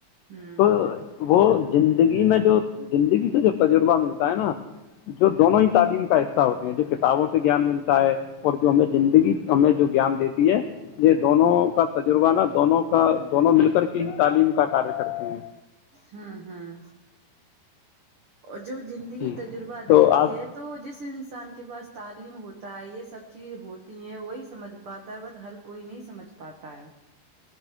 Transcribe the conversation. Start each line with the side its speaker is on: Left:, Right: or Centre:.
Right: ہوں
Left: تو وہ زندگی میں جو زندگی سے جو تجربہ ملتا ہے نا جو دونوں ہی تعلیم کا حصہ ہوتے ہیں جو کتابوں سے گیان ملتا ہے اور جو ہمیں زندگی ہمیں جو گیان دیتی ہے یہ دونوں کا تجربہ نا دونوں کا دونوں مل کر کے ہی تعلیم کا کاریہ کرتے ہیں
Right: ہاں ہاں اور جب زندگی
Left: جی
Right: تجربہ
Left: تو
Right: دیتی
Left: آپ
Right: ہے تو جس انسان کے پاس تعلیم ہوتا ہے یہ سب چیز ہوتی ہے وہی سمجھ پاتا ہے بٹ ہر کوئی نہیں سمجھ پاتا ہے